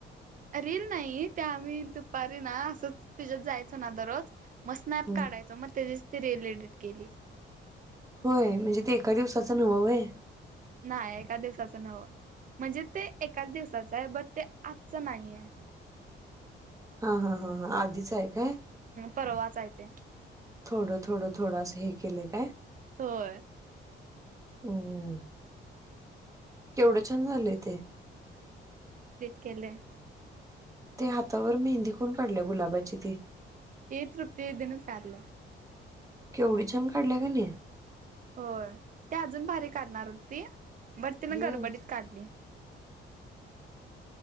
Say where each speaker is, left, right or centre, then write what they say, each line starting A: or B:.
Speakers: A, on the right (about 40°); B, on the right (about 15°).
A: रील नाही त्या आम्ही दुपारी ना असंच तिच्यात जायचो ना दररोज मग स्नॅप
B: हं
A: काढायच मग त्याची ते रिल एडिट केली
B: होय म्हणजे ते एका दिवसाच नव्ह व्हय
A: नाही एका दिवसाचं नव्ह म्हणजे ते एकाच दिवसाचं आहे बट ते आजच नाहीे
B: हा हा हा हा आधीच आहे काय
A: परर्वाजायच आहेकम्म्म्म
B: थोडं थोडं थोडं असं हे केलं काय
A: होय
B: ह केवढं छान झालंय ते
A: केलयं
B: त्या हातांवर मेहंदी कोण काढल्या गुलाबाची ती
A: ते तृप्ती दिदीनच काढल्या
B: केव्हढी छान काढल्या गण्या
A: होय त्या अजून भारी काढणारं होती बट तिनें
B: हम्म
A: गडबडीत काढलीं